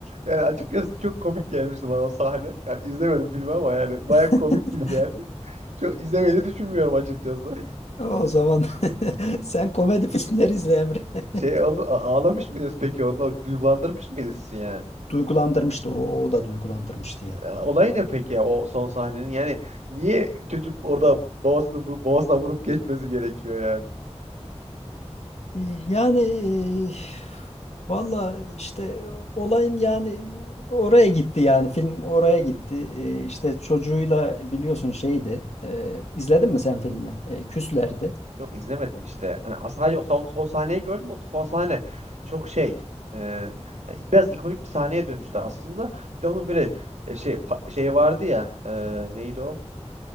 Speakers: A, on the right; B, on the left.
A: yani açıkçası çok komik gelmişti bana o sahne. Yani izlemedim filmi ama yani baya
B: <laughs>
A: komik gibi geldi. Çok izlemeyi de düşünmüyorum açıkçası.
B: O zaman <laughs> sen komedi filmleri izle Emre.
A: Şey
B: <laughs>
A: oldu, a- ağlamış mıydınız peki onda? O Duygulandırmış mıydınız sizi yani?
B: Duygulandırmıştı o, o da duygulandırmıştı ya.
A: Ya, Olay ne peki ya o son sahnenin? Yani niye çocuk orada babasını, vu- babasına vurup geçmesi gerekiyor yani?
B: E, Yani e, valla işte olayın yani oraya gitti yani film oraya gitti. E, işte çocuğuyla biliyorsun şeydi. E, izledin mi sen filmi? E, küslerdi.
A: Yok izlemedim işte. Hani sadece o son, son sahneyi gördüm. O da son sahne çok şey. e, hani biraz ikonik bir sahneye dönüştü aslında. Bir de onun böyle e, şey pa- şey vardı ya. e, neydi o?